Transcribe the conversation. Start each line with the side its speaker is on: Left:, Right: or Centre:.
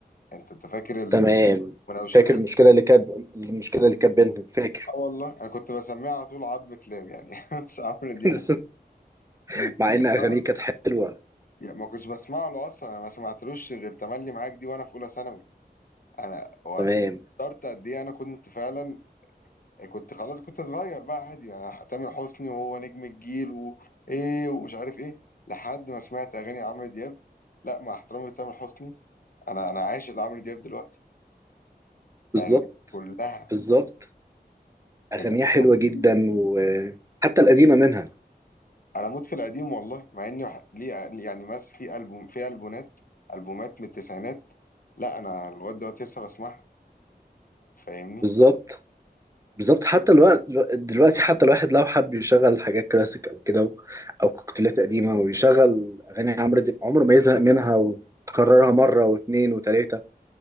Left: انت انت فاكر
Right: تمام
Left: المناوشات
Right: فاكر
Left: اللي
Right: المشكلة اللي كانت المشكلة اللي كانت بينهم فاكر
Left: اه والله انا كنت بسميها على طول عظم كلاب يعني <laughs> مش عمرو دياب
Right: <laughs>
Left: من
Right: مع
Left: كتر
Right: إن أغانيه
Left: ما انا
Right: كانت حلوة
Left: يعني ما كنتش بسمع له اصلا انا ما سمعتلوش غير تملي معاك دي وانا في اولى ثانوي انا وقدرت
Right: تمام
Left: قد ايه انا كنت فعلا كنت خلاص كنت صغير بقى عادي يعني تامر حسني وهو نجم الجيل وايه ومش عارف ايه لحد ما سمعت اغاني عمرو دياب لا مع احترامي لتامر حسني انا انا عاشق لعمرو دياب دلوقتي
Right: بالظبط
Left: اغاني كلها
Right: بالظبط أغانيها
Left: الألبوم
Right: حلوة
Left: الجديدة.
Right: جدا وحتى القديمة منها
Left: انا موت في القديم والله مع اني وح- ليه يعني مس في البوم في البومات البومات من التسعينات لا انا الواد دوت لسه بسمعها فاهمني
Right: بالظبط بالظبط حتى الوقت دلوقتي حتى الواحد لو حب يشغل حاجات كلاسيك أو كده أو كوكتيلات قديمة ويشغل أغاني عمرو دياب عمره ما يزهق منها وتكررها مرة واتنين وتلاتة